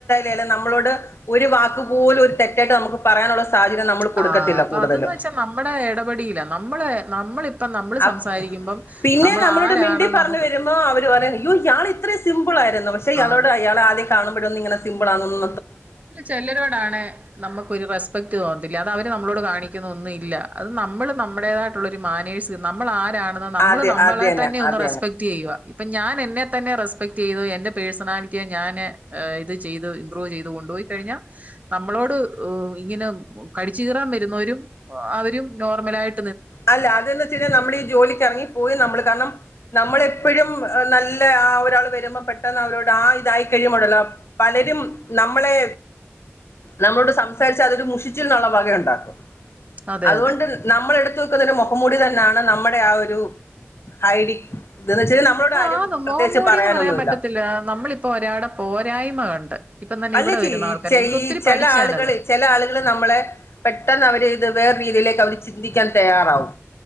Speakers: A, on the left; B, on the right.
A: അല്ല നമ്മളോട് ഒരു വക് പോല ഒരു തെറ്റായിട്ട് നമുക്ക് പറയാനുള്ള സാഹചര്യം നമ്മൾ കൊടുക്കത്തില്ല
B: ആ
A: കൂടുതലും
B: അതന്ന് വെച്ചാ നമ്മുടെ ഇടപെടിയില്ല നമ്മള് നമ്മളിപ്പ നമ്മള്
A: അപ്
B: സംസാരിക്കുമ്പം.
A: പിന്നെ.
B: നമ്മൾ
A: നമ്മളോട്
B: ആരാണ്
A: മിണ്ടി പറഞ്ഞു
B: നമുക്ക്
A: വരുമ്പോ അവർ പറയാ. ഇയാൾ ഇത്രയും സിമ്പിൾ ആയിരുന്നു പക്ഷെ ഇയാളോട്
B: ആഹ്
A: അയാൾ ആദ്യ കാണുമ്പഴോും ഇങ്ങന സിമ്പിൾണന്ന്.
B: അ ചല്ലരോടാണ് നമുക്കരു. റെസ്പെക്ട് തോന്നുന്നല്ല അത അവര് നമ്മളോട് കാണിക്കുന്ന, ഒന്നും ഇല്ല നമ്മൾ നമ്മുേതായിട്ടുള്ളരു മാനേഴ് നമ്മൾ ആരാണെന്ന് നമ്മൾ
A: അതെ
B: നമ്മളെ
A: അത്
B: തന്നെ ഒന്ന്
A: അത്
B: റെസ്പെക്ട് ചെയ്യുക. അപ്പൊ ഞാൻ എന്നെ തന്നെ റെസ്പെക്ട് ചെയ്ത് എന്റെന്റെ പേഴ്സണാലിറ്റിയെ ഞാന് ഇത് ചെയ്ത് ഇമ്പ്രൂവ് ചെയ്തുകൊ പോയി കഴിഞ്ഞാ നമ്മളോട് ഏഹ് ഇങ്ങനെ, കടിച്ചു കീറാൻ വരുന്നവരും അവരും നോർമലായിയി
A: അല്ല അത് ന്ന് വെച്ച് കഴിഞ്ഞാ നമ്മൾ ഈ ജോലിക്ക് എറങ്ങിപ്പോയി നമ്മള് കാരണം നമ്മളെപ്പ് എപ്പോഴും. നല്ല ആ ഒരാൾ വരുമ്പോൾ പെട്ടെന്ന് അവരോട് ആ ഇതായി. കഴിയുമ്പൊണ്ടല്ലോ പലരും നമ്മളെ നമ്മളോട് സംസാരിച്ചാ അതൊരു മുഷിച്ചിൽന്നൊള്ള വകയൊണ്ടാക്കും
B: അതെ
A: അതുകൊണ്ട്
B: അതെ
A: നമ്മളെടു <unintelligible> ക്കുന്ന ഒരു മുഹമ്മൂടി തന്നെയാണ്. നമ്മുടെ ആ ഒരു ഹൈഡി. ഇതന്ന് വെച്ചാൽ നമ്മളോട്
B: ആഹ്
A: ആരും
B: ആ ന്ന്
A: പ്രത്യേകിച്ച്
B: മൊഖം മൂടിന്ന്
A: പറയാനൊന്നുമില്ല
B: പറയാൻ പറ്റത്തില്ല നമ്മളിപ്പോ ഒരാടെ പോരായ്മ കണ്ട്. ഇപ്പം തന്നെ
A: അല്ല
B: ഇവിടെ
A: ചി
B: വരുന്ന ആൾക്കാരെ എനിക്ക്
A: ഈ
B: ഒത്തിരി
A: <unintelligible> ചില
B: പഠിച്ചു
A: ആളുകൾ
B: ഞാനത്
A: ചില ആളുകൾ നമ്മളെ പെട്ടെന്ന് അവര് ഇത് വേറെ രീതിയിലേ അവര് ചിന്തിക്കാൻ തയ്യാറാവും.